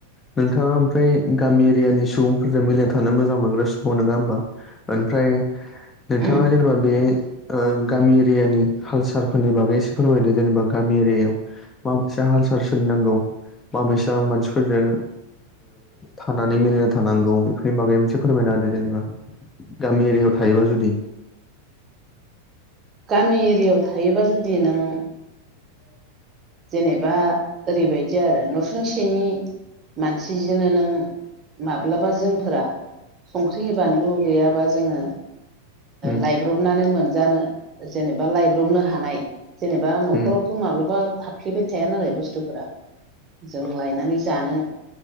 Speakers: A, on the left (about 20°); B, on the right (about 30°).
A: नोंथाङा ओमफ्राय गामि एरियानि सुबुंफोरजों मिलायनानै थानो मोजां मोनग्रा सुबुं नङा होमबा। ओमफ्राय नोंथाङा
B: उम
A: जेनेबा बे गामि एरियानि कालसारफोरनि बागै एसे फोरमायदों जेनेबा गामि एरियायाव माबेसे हाल साल सोलिनांगौ माबैसा मानसिफोरजों थानानै मिलायना थानांगौ बेफोरनि बागै मोनसे फोरमायना जेनेबा गामि एरिया याव थायोबा जुदि
B: गामि एरियायाव थायोबा जुदि नों जेनेबा ओरैबायदि आरो नसुंसेनि मानसिजोंनो नों माब्लाबा जोंफोरा संख्रि बानलु गैयाबा जोङो
A: उम
B: लाइ गब्रबनानै मोनजानो जेनेबा लायब्रबनो हानाय जेनेबा न'खराव
A: उम
B: माब्लाबा थाफ्लेबाय थाया नालाय बुसथुफोरा जों
A: उम
B: लायनानै जानो